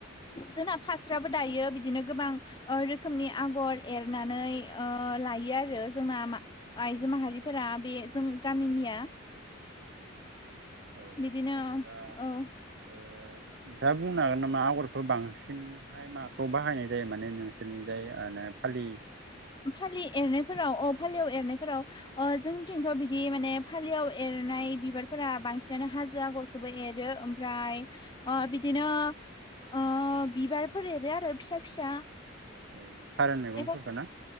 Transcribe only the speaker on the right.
औ
जेनेबा
ओ नोंथाङा बुंनो हागोन नामा आगरखौ बांसिनहाय माखौ बाहायनाय जायो माने नोंसोरनिजाय <unintelligible> खालि
औ फारोन मैगंफोरखौ
ना?